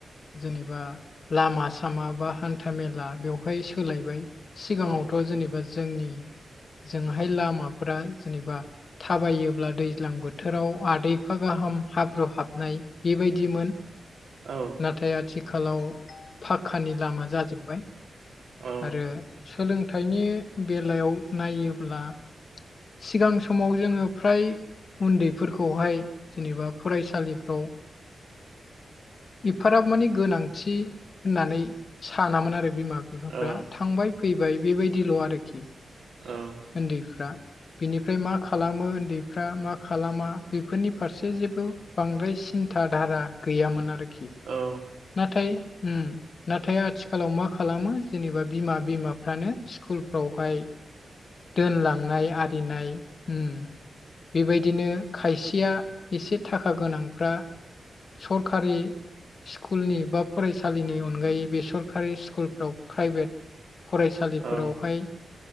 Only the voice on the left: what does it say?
जेनेबा लामा सामा बा हान्था मेला बेवहाय सोलायबाय सिगाङावथ'
जेनेबा जोंनि जोंहाय लामाफोरा जेनेबा थाबायोब्ला दै दैज्लां बोथोराव आदैफा गाहाम हाब्रु हाबनाय बेबायदिमोन
नाथाय आथिखालाव फाखक्कानि लामा जाजोब्बाय
आरो सोलोंथाइनि बेलायाव नायोब्ला सिगां समाव जोङो फ्राय उन्दैफोरखौहाय जेनेबा फरायसालिफ्राव एफाराब माने गोनांथि होननानै सानामोन आरो बिमा बिफाफ्रा
थांबाय फैबाय बेबायदिल' आरोखि
उन्दैफ्रा बिनिफ्राय मा खालामो उन्दैफ्रा मा खालामा बेफोरनि फारसे जेबो बांद्राय सिन्था धारा गैयामोन आरोखि
नाथाय नाथाय आथिखालाव मा खालामो जेनेबा बिमा बिमाफ्रानो स्कुलफ्रावहाय दोनलांनाय आरिनाय उम बेबायदिनो खायसेया एसे थाखा गोनांफ्रा सरखारि स्कुलनि बा फरायसालिनि अनगायै बे सरकारि स्कुलफ्राव प्राइभेट फरायसालिफोरावहाय